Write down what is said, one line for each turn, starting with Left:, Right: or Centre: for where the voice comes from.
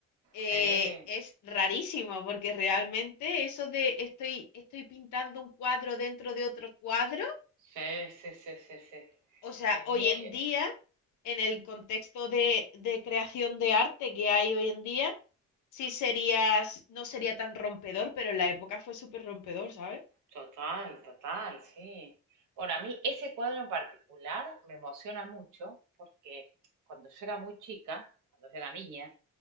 Left: eh,
Right: Sí,
Left: es rarísimo, porque realmente eso de estoy, estoy pintando un cuadro dentro de otro cuadro,
Right: sí, sí, sí, sí, sí.
Left: o sea,
Right: Es
Left: hoy
Right: muy
Left: en día, en el contexto de, de creación de arte que hay hoy en día, sí sería, no sería tan rompedor, pero en la época fue súper rompedor, ¿sabes?
Right: total, total, sí. Bueno, a mí ese cuadro en particular me emociona mucho porque cuando yo era muy chica, cuando yo era niña,